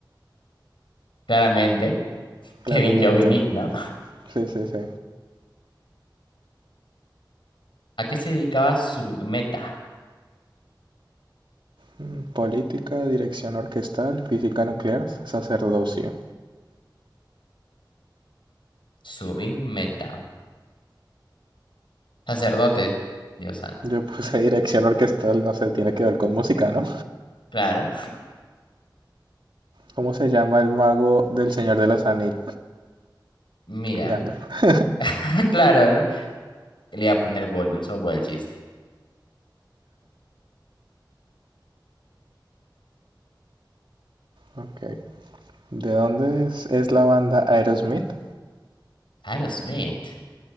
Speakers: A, on the left; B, on the right.
A: Claramente,
B: claramente.
A: Kevin, Joe y Nick, ¿no?
B: Sí, sí, sí.
A: ¿A qué se dedicaba Subin Meta?
B: Mm, Política, dirección orquestal, física nuclear, sacerdocio.
A: Subin Meta. Sacerdote, Dios santo.
B: Yo puse dirección orquestal, no sé, tiene que ver con música, ¿no?
A: Claro.
B: ¿Cómo se llama el mago del Señor de los Anillos?
A: Mira.
B: Gandalf.
A: <laughs> Claro, ¿no? Le iba a poner Gollum, eso fue el chiste.
B: Ok. ¿De dónde es, es la banda Aerosmith?
A: Aerosmith.